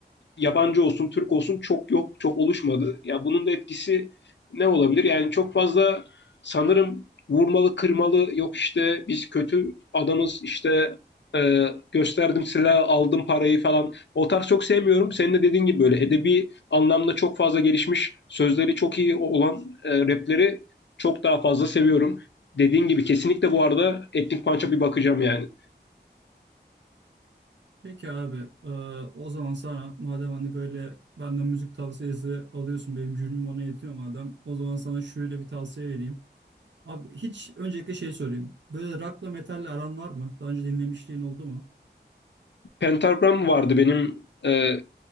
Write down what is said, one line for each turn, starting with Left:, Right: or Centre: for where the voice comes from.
Left: yabancı olsun, Türk olsun çok yok, çok oluşmadı. Ya bunun da etkisi ne olabilir? Yani çok fazla sanırım vurmalı, kırmalı yok işte biz kötü adamız işte e, gösterdim silah aldım parayı falan. O tarz çok sevmiyorum. Senin de dediğin gibi böyle edebi anlamda çok fazla gelişmiş, sözleri çok iyi olan e, rapleri çok daha fazla seviyorum. Dediğin gibi kesinlikle bu arada Etnik Punch'a bir bakacağım yani.
Right: Peki abi, e, o zaman sana madem hani böyle benden müzik tavsiyesi alıyorsun, benim gönlüm ona yetiyor madem, o zaman sana şöyle bir tavsiye vereyim. Abi hiç öncelikle şey sorayım. Böyle rock'la metalle aran var mı? Daha önce dinlemişliğin oldu mu?
Left: Pentagram vardı benim e,